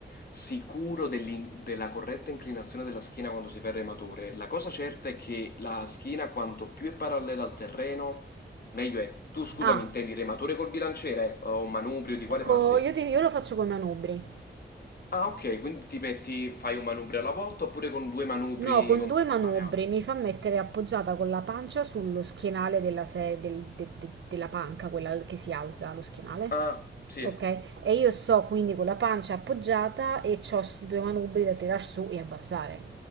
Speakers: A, on the left; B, on the right.
A: sicuro dell'in- della corretta inclinazione della schiena quando si fa il rematore. La cosa certa è che la schiena, quanto più è parallela al terreno, meglio è. Tu, scusami,
B: ah,
A: intendi rematore col bilanciere eh, o manubrio, di
B: ecco,
A: quale parli?
B: io, ti- io lo faccio con manubri.
A: Ah ok, quindi ti metti, fai un manubrio alla volta oppure con due manubri
B: No, con
A: contemporanea?
B: due manubri mi fa mettere appoggiata con la pancia sullo schienale della, se- del- de- de- della panca, quella che si alza, lo schienale.
A: Ah, sì.
B: Okay, e io sto quindi con la pancia appoggiata e c'ho sti due manubri da tirar su e abbassare.